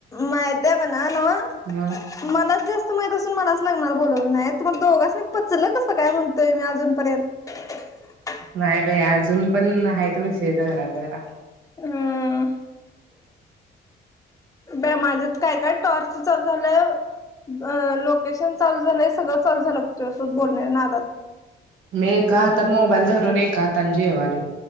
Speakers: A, on the left; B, on the right.
A: माहित आहे बणा ना
B: मग
A: मलाच जास्त माहित असून मला <unintelligible>
B: नाही बाई अजून पण आहे तुम् शे जरा जरा
A: हम्म ब माझ्यात काय काय टॉर्च चालू झालंय लोकेशन चालू झालंय सगळं ल झालं त असच बोलण्या नाात <unintelligible>
B: मे का तन म मोबाईल दवर न का तांजी आहेवाल